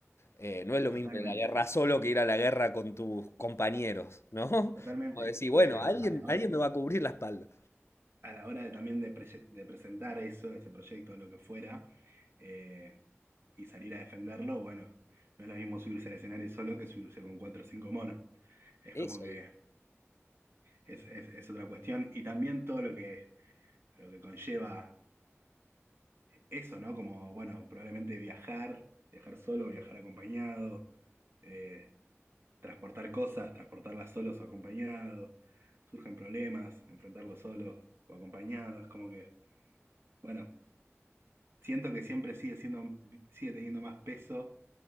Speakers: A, on the left (about 65°); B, on the right (about 60°).
A: eh, no es lo
B: Totalmente.
A: mismo ir a la guerra solo que ir a la guerra con tus compañeros, ¿no? <laughs>
B: Totalmente.
A: Como decir,
B: Y
A: bueno,
B: a la,
A: alguien,
B: a la hora,
A: alguien me va a cubrir la espalda.
B: a la hora de también de, prese- de presentar eso, ese proyecto, lo que fuera, eh, y salir a defenderlo, bueno, no es lo mismo subirse al escenario solo que subirse con cuatro o cinco monos. Es
A: Eso,
B: como que
A: digo.
B: es, es- es otra cuestión. Y también todo lo que, lo que conlleva eso, ¿no? Como, bueno, probablemente viajar, viajar solo, viajar acompañado. eh, transportar cosas, transportarlas solos o acompañados, surgen problemas, enfrentarlos solos o acompañados, como que, bueno, siento que siempre sigue siendo, sigue teniendo más peso